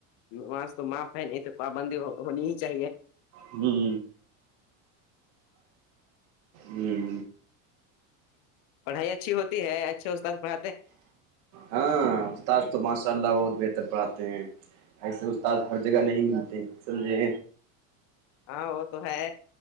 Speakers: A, on the left; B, on the right.
A: وہاں سے تو معاف ہے نہیں تو پابندی ہونی ہی چاہیے
B: ہوں ہوں
A: پڑھائی اچھی ہوتی ہے اچھے استاد پڑھ
B: ہاں استاد تو ماشاء اللہ بہت بہتر پڑھاتے ہیں ایسے استاد ہر جگہ نہیں ملتے سمجھے
A: ہاں وہ تو ہے